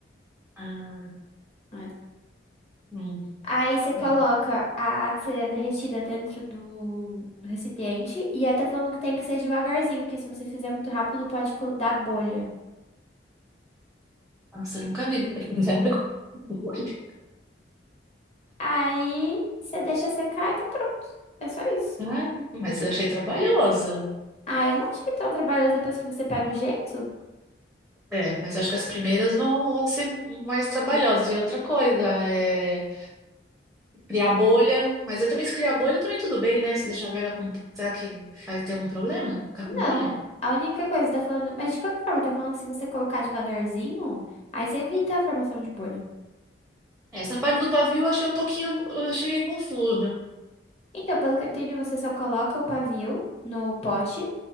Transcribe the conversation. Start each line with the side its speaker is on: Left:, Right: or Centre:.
Centre: Ah,
Left: É.
Centre: hum,
Left: Aí você coloca
Centre: é.
Left: a cera derretida dentro do do recipiente. E aí tá falando que tem que ser devagarzinho, porque se você fizer muito rápido, pode col- dar bolha.
Centre: Nossa, eu nunca vi <laughs> vela com bolha.
Left: Aí você deixa secar e tá pronto. É só isso.
Centre: Ah, mas eu achei trabalhoso.
Left: Ah, eu não achei tão trabalhoso depois que você pega o jeito.
Centre: É, mas acho que as primeiras vão, vão ser mais trabalhosas. E outra coisa, é criar bolha. Mas eu também, se criar bolha, também tudo bem, né? Se deixar a vela com. Será que vai ter algum problema? Ficar
Left: Não.
Centre: com bolha?
Left: A única coisa, tá falando. Mas de qualquer forma, tá falando que se você colocar devagarzinho, aí você evita a formação de bolha.
Centre: Essa parte do pavio eu achei um pouquinho. Eu achei meio confuso.
Left: Então, pelo que eu entendi, você só coloca o pavio no pote.